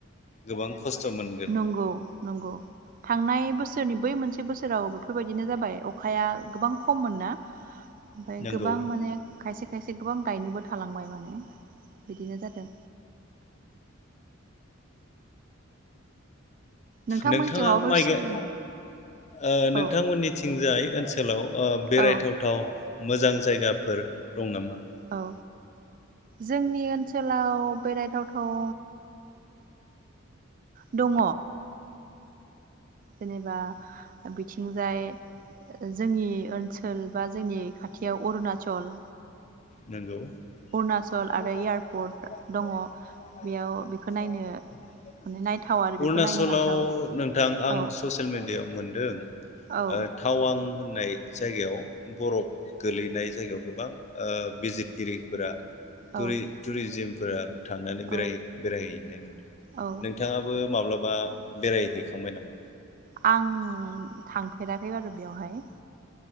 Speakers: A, on the left; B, on the right.
A: गोबां खस्थ' मोनगोन
B: नंगौ नंगौ थांनाय बो बोसोरनि बै मोनसे बोसोराव बेफोरबायदिनो जाबाय अखाया गोबां खममोन ना ओमफ्राय
A: नंगौ
B: गोबां माने खायसे खायसे गोबां गायनोबो थालांबाय माने बिदिनो जादों नोंथांमोननिथिं
A: नोंथाङा
B: माबाफोर
A: माइ
B: सुबिदा
A: गाय
B: न
A: ओ नोंथांमोननिथिंजाय
B: औ
A: ओनसोलाव ओ बेरायथावथाव
B: औ
A: मोजां जायगाफोर दं नामा?
B: औ जोंनि ओन ओनसोलाव बेरायथावथाव दङ। जेनेबा बिद बिथिंजाय जोंनि ओनसोल बा जोंनि खाथियाव अरुणाचल
A: नोंगौ <unintelligible>
B: अरुणाचल आरो एयारपर्ट दङ बेयाव बेखौ नायनो माने नायथाव आरो
A: अरुणाचलाव
B: बेखौ नायनो हाथाव
A: नोंथां आं
B: औ
A: ससियेल मेडियायाव मोनदों। ओ
B: औ
A: थावा वां होननाय जायगायाव बरफ गोलैनाय जायगायाव गोबां ओ बिजिरगिरिफोरा टुरि
B: औ
A: टुरिजिम फोरा थांनानै बेरायहै
B: औ
A: बेरायहैनाय नुदों
B: औ
A: नोंथाङाबो माब्लाब बा बेरायहैखांबाय नामा?
B: आं थांफेरा <unintelligible> बेवहाय